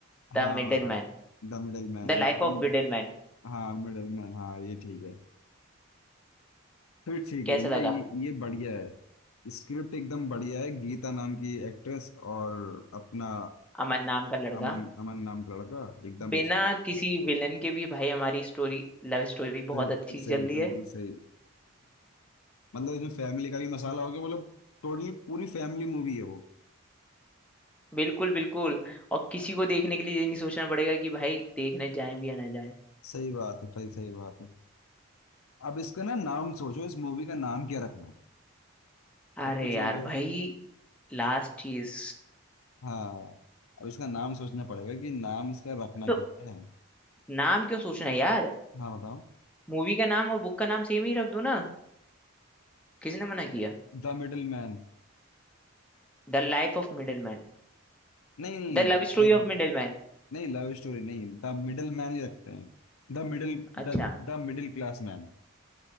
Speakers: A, in the centre; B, on the left (about 80°).
A: The
B: हाँ
A: middle man
B: The middle man
A: The life of middle man
B: हाँ मिडलमैन हाँ ये ठीक है फिर ठीक
A: कैसा
B: है ये
A: लगा
B: ये, ये बढ़िया है स्क्रिप्ट एकदम बढ़िया है गीता नाम की एक्ट्रेस और अपना
A: अमन नाम का लड़का
B: अमन अमन नाम का लड़का एकदम
A: बिना
B: सही किया।
A: किसी विलन के भी भाई हमारी स्टोरी लव स्टोरी
B: बिल्कुल
A: बहुत अच्छी
B: सही
A: चल रही
B: बिल्कुल
A: है
B: सही मतलब इसमें फैमिली का भी मसाला हो गया मतलब टोटली पूरी फैमिली मूवी है वो
A: बिल्कुल बिल्कुल और किसी को देखने के लिए ये नहीं सोचना पड़ेगा कि भाई देखने जाए भी या ना जाए
B: सही बात है सही सही बात है अब इसका ना नाम सोचो इस मूवी का नाम क्या रखना है? सब
A: अरे
B: कुछ
A: यार
B: हो गया
A: भाई लास्ट चीज
B: हाँ अब इसका नाम सोचना पड़ेगा कि नाम इसका रखना
A: तो
B: क्या है
A: नाम क्यों सोचना है यार
B: हाँ बताओ
A: मूवी का नाम और बुक का नाम सेम ही रख दो ना किसने मना किया
B: The middle man
A: The life of middle man
B: नहीं नहीं
A: The love story of middle man
B: नहीं लव स्टोरी नहीं द मिडिल मैन ही रखते हैं The middle
A: अच्छा
B: The the middle class man